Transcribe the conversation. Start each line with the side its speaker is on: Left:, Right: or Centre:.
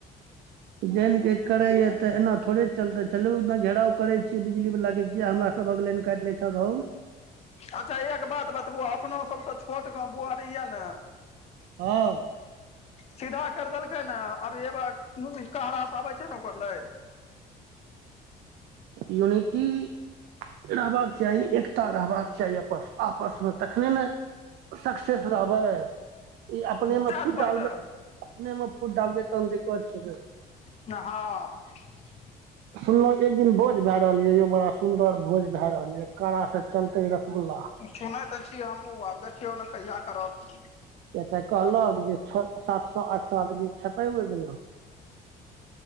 Right: जैन के करेै या तऽ एना थोड़े चलते चलूना घेराव करै छि बिजली वाला के किया हमरा -- सबहक लेैन कैट लै छ होउ।
Left: अच्छा एक बात बतबू अपना सब सँ छोट गाँव बुआरी या न।
Right: हँ।
Left: सीधा कर देलके न अरेवाक कहराँस आबै छै ने ओकर लय।
Right: यूनिटी- - एना रहबाक चाही, एकता रहबाक चाही, आपस आपस मे तखने न -- सक्सेस रहबै -- ई अपने मे
Left: ताहि
Right: फूट
Left: दुआरे
Right: डालबै
Left: तऽ
Right: अपने मे फूट डालबै तहन दिक्कत छै ने- -
Left: न आ --
Right: सुनलहु एक दिन बोज भए रहल यऽ यौ बड़ा सुन्दर भोज भए रहल यऽ। कड़ा से चलतेै रसगुल्ला- -
Left: सुनैत तऽ छी हमहूँ आब देखियौ ने कहिया करत।
Right: किया तऽ कहलक जे छ, सात सौ, आठ सौ, आदमी खेतै ओहि दिना।